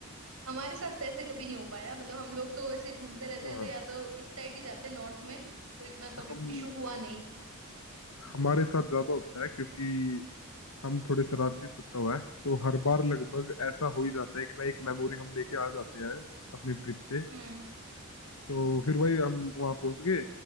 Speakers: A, on the right; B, on the left.
A: हमारे साथ तो ऐसे कभी नहीं हो पाया मतलब हम लोग तो ऐसे घूमते रहते
B: हाँ
A: हैं तो या तो इस साइड ही जाते हैं नॉर्थ में तो इतना
B: हम
A: कभी इशू हुआ नहीं
B: हमारे साथ ज्यादा होता है क्योंकि हम थोड़े शरारती तत्व हैं तो हर बार लगभग ऐसा हो ही जाता है कि ना एक मेमोरी हम लेके आ जाते हैं अपनी ट्रिप से
A: हम्म
B: तो फिर भाई हम वहाँ पहुंच गए